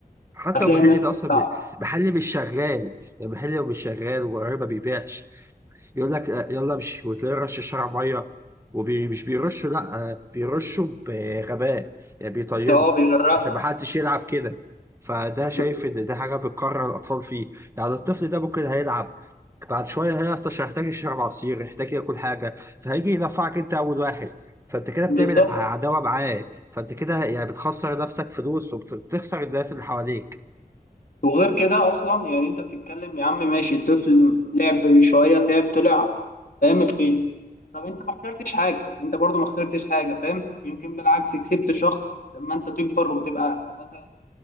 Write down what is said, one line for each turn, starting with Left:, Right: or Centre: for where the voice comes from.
Right: حتى
Left: هتلاقي
Right: لو المحل
Left: الناس
Right: ده اصلا
Left: بتاع-
Right: بي- محل مش شغال المحل لو مش شغال وقريب ما بيبيعش يقول لك آه، يلا امشي وتلاقيه رش الشارع ميه ومش بيرشوا لا آه، بيرشوا بغباء يعني بيطينوا
Left: اه بيغرق
Right: عشان ما حدش يلعب كده فده شايف
Left: بس-
Right: ان ده حاجه بتكرر الاطفال فيه يعني الطفل ده ممكن هيلعب بعد شويه هيعطش هيحتاج يشرب عصير هيحتاج ياكل حاجه فهيجي ينفعك انت اول واحد فانت كده بتعمل
Left: بالظبط
Right: ع- عداوه معاه فانت كده يعني بتخسر نفسك فلوس وبتخسر الناس اللي حواليك
Left: وغير كده اصلا يعني انت بتتكلم يا عم ماشي الطفل لعب شويه تعب طلع فاهم البيت طب انت ما خسرتش حاجه انت برضو ما خسرتش حاجه فاهم يمكن بالعكس كسبت شخص لما انت تكبر وتبقى مثلا